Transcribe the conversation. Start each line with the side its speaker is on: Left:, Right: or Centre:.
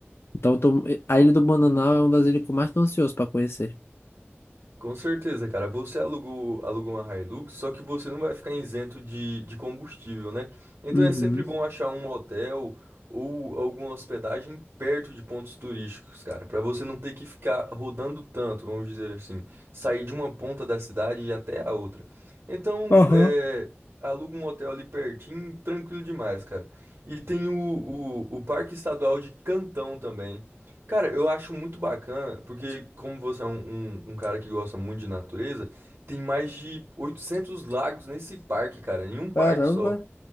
Left: Então eu tô- a Ilha do Bananal é uma das ilhas que eu mais tô ansioso para conhecer.
Right: Com certeza, cara. Você alugou, alugou uma Hilux, só que você não vai ficar isento de, de combustível, né? Então
Left: Uhum.
Right: é sempre bom achar um hotel ou alguma hospedagem perto de pontos turísticos, cara, para você não ter que ficar rodando tanto, vamos dizer assim, sair de uma ponta da cidade e ir até a outra. Então,
Left: Aham.
Right: é, aluga um hotel ali pertinho, tranquilo demais, cara. E tem o, o, o Parque Estadual de Cantão também. Cara, eu acho muito bacana, porque como você é um, um, um cara que gosta muito de natureza, tem mais de 800 lagos nesse parque, cara, em um parque
Left: Caramba.
Right: só.